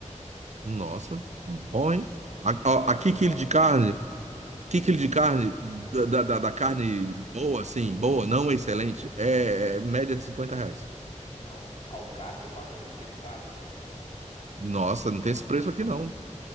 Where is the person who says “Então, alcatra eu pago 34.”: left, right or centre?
Left